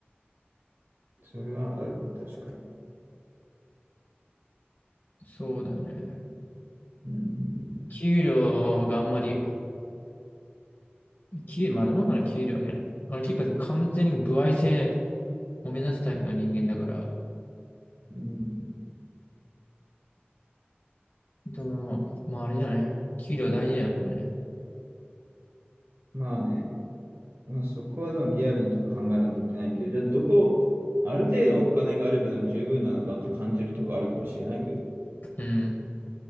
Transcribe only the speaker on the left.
そうだよね。
給料があんまり、給まあどうなの給料ね。俺結構完全に歩合制を目指すタイプの人間だから。
でも、まああれだよね。給料大事だよ、やっぱりね。
うん。